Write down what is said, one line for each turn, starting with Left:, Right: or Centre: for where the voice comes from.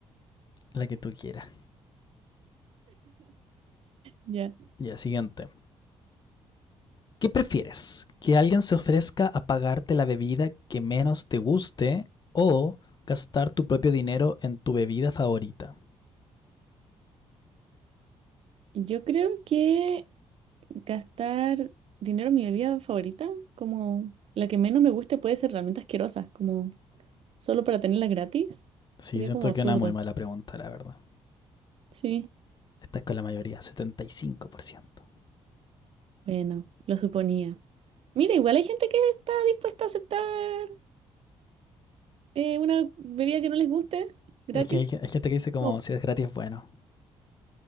Left: la que tú quieras.
Right: Ya.
Left: Ya, siguiente. ¿Qué prefieres? ¿Que alguien se ofrezca a pagarte la bebida que menos te guste o gastar tu propio dinero en tu bebida favorita?
Right: Yo creo que gastar dinero en mi bebida favorita, como la que menos me guste, puede ser realmente asquerosa, como solo para tenerla gratis.
Left: Sí,
Right: Sería
Left: siento
Right: como absurdo.
Left: que es una muy mala pregunta, la verdad.
Right: Sí,
Left: Esta es con la mayoría, 75%.
Right: bueno, lo suponía. Mira, igual hay gente que está dispuesta a aceptar eh, una bebida que no les guste gratis.
Left: Es que hay, hay gente que dice como,
Right: Como
Left: si es gratis, bueno.